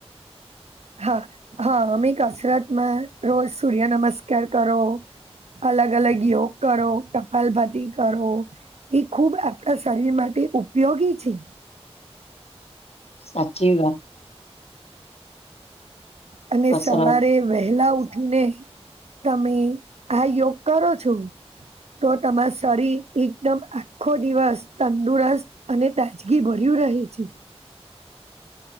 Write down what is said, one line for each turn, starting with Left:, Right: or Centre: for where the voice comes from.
Right: હા હા અમી કસરતમાં રોજ સૂર્ય નમસ્કાર કરો અલગ અલગ યોગ કરો કપાલભાતી કરો એ ખુબ આપણા શરીરમાં. તે ઉપયોગી છે.
Left: <unintelligible> સાચી વાત.
Right: અને
Left: કસરત
Right: સવારે વહેલા ઉ ઉઠીને તમે આ યોગ કરો છો? તો તમાર શરીર એકદમ આખો દિવસ તંદુરસ્ત અને તાજગી ભર્યું. રહેહી છે